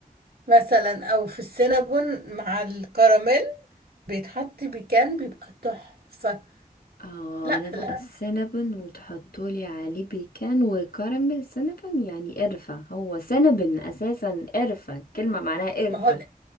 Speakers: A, on the right; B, on the left.
A: مثلا او في السينابون مع الكراميل بيتحط بيكان بيبقى تحفة
B: اه
A: لا
B: انا بقى
A: لا
B: السينابون وتحطولي عليه بيكان وكراميل سينابون يعني قرفة هو سينابون اساسا قرفة كلمة معناها قرفة
A: ما هو